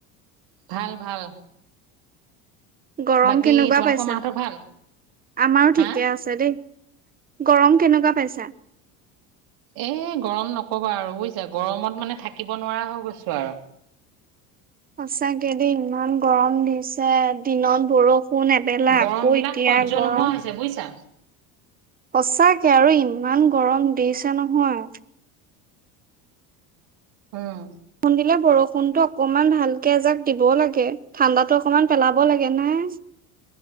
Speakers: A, on the right; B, on the right.
A: ভাল ভাল।
B: গৰম,
A: বাকী
B: কেনেকুৱা
A: তোমালোকৰ
B: পাইছা?
A: মাহঁতৰ ভাল
B: আমাৰো ঠিকে
A: হা
B: আছে দেই। গৰম, কেনেকুৱা পাইছা?
A: এ গৰম নকবা আৰু বুজিছা, গৰমত মানে, থাকিব নোৱাৰা হৈ গৈছোঁ আৰু।
B: সঁচাকে দেই, ইমান গৰম দিছে। দিনত বৰষুণ এ বেলা,
A: গৰম
B: আকৌ
A: বিলাক
B: এতিয়া
A: সহ্য
B: গৰম।
A: নোহোৱা হৈছে বুজিছা?
B: সঁচাকে, আৰু ইমান গৰম দিছে নহয়।
A: উম।
B: বৰষুণ দিলে, বৰষুণতটো অকনমান ভালকে এযাক দিবও লাগে, ঠাণ্ডাতো অকমান পেলাব লাগে, নাই।